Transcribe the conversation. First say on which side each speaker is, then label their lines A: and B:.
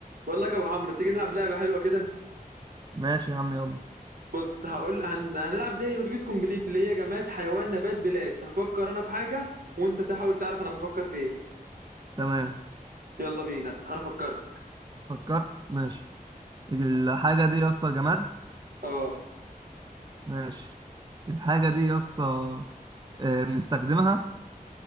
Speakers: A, on the right; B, on the right.
A: بقول لك يا ابو عمرو تيجي نلعب لعبه حلوه كده
B: ماشي يا عم يلا
A: بص هقول هن... هنلعب زي اتوبيس كومبليت اللي هي جماد حيوان نبات بلاد هفكر انا في حاجه وانت تحاول تعرف انا بفكر في ايه
B: تمام
A: يلا بينا انا فكرت
B: فكرت ماشي الحاجة دي يا اسطى جماد
A: اه
B: ماشي الحاجة دي يا اسطى آه، بنستخدمها